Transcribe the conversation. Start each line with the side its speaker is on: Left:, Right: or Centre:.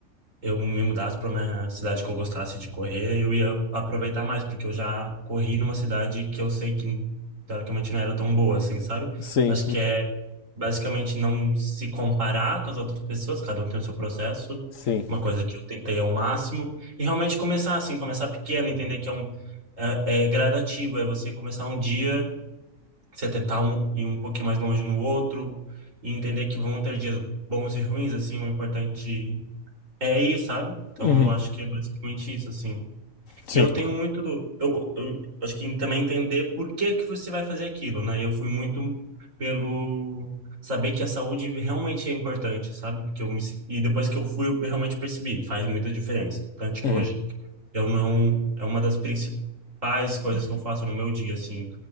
Right: eu me mudasse para uma cidade que eu gostasse de correr, eu ia aproveitar mais, porque eu já corri numa cidade que eu sei que teoricamente não era tão boa assim, sabe?
Left: Sim,
Right: Acho que é basicamente não se comparar com as outras pessoas, cada um tem o seu processo,
Left: sim.
Right: uma coisa que eu tentei ao máximo, e realmente começar assim, começar pequeno, entender que é um é, é gradativo, é você começar um dia, você tentar um, ir um pouquinho mais longe no outro, e entender que vão ter dias bons e ruins, assim, o importante é aí, sabe? Então
Left: Uhum,
Right: eu acho que é basicamente isso, assim.
Left: sim,
Right: E eu tenho muito. Eu, go- eu acho que também entender por que que você vai fazer aquilo, né? Eu fui muito pelo saber que a saúde realmente é importante, sabe? Porque eu me, se- e depois que eu fui, eu realmente percebi, faz muita diferença. Tanto que
Left: uhum,
Right: hoje eu não. É uma das principais coisas que eu faço no meu dia, assim.